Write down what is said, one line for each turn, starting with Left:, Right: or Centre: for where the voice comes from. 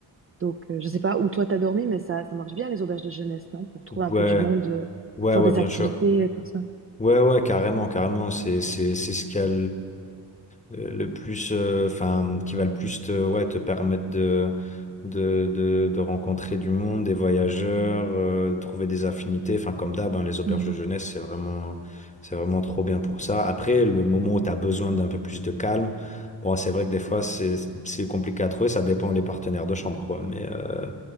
Right: donc euh, je sais pas où toi t'as dormi, mais ça, ça marche bien les auberges de jeunesse, non? Pour trouver un
Left: Ouais,
Right: peu du monde, euh,
Left: ouais,
Right: faire
Left: ouais,
Right: des
Left: bien
Right: activités
Left: sûr.
Right: euh, comme ça.
Left: Ouais, ouais, carrément, carrément. C'est c'est c'est ce qu'il y a euh, le plus, euh, enfin, qui va le plus te, ouais, te permettre de, de, de, de rencontrer du monde, des voyageurs, euh, trouver des affinités. Enfin, comme d'hab, hein, les auberges
Right: Ouais.
Left: de jeunesse, c'est vraiment, c'est vraiment trop bien pour ça. Après, le moment où tu as besoin d'un peu plus de calme, bon, c'est vrai que des fois, c'est, c'est compliqué à trouver. Ça dépend des partenaires de chambre, quoi. Mais, euh,